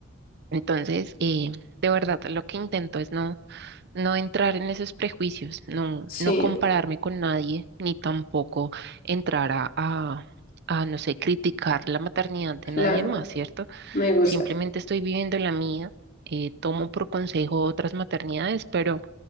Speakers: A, on the right; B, on the left.
A: Entonces, eh, de verdad, lo que intento es no no entrar en esos prejuicios, no,
B: Sí,
A: no compararme con nadie, ni tampoco entrar a, a, a, no sé, criticar la maternidad de
B: claro,
A: nadie más, ¿cierto?
B: me gusta.
A: Simplemente estoy viviendo la mía, eh, tomo por consejo otras maternidades, pero